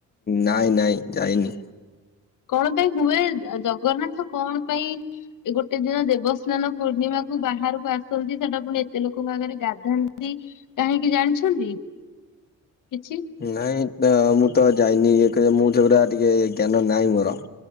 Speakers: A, on the left; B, on the left.
A: ନାଇଁ ନାଇଁ ଯାଇନି
B: କଣ ପାଇଁ ହୁଏ ଜଗନ୍ନାଥ କଣ ପାଇଁ ଗୋଟେ ଦିନ ଦେବସ୍ନାନ ପୂର୍ଣ୍ଣିମା? କୁ ବାହାରକୁ ଆସନ୍ତି ସେଟା ପୁଣି ଏତେ ଲୋକଙ୍କ ଆଗରେ ଗାଧାନ୍ତି କାହିଁକି ଜାଣିଛନ୍ତି? କିଛି <inaudible>
A: ନାଇଁ ତ ମୁଁ ତ ଯାଇନି ଏକରେ ମୁଁ ଯାଉରା ଟିକେ ଜ୍ଞାନ ନାହିଁ ମୋର।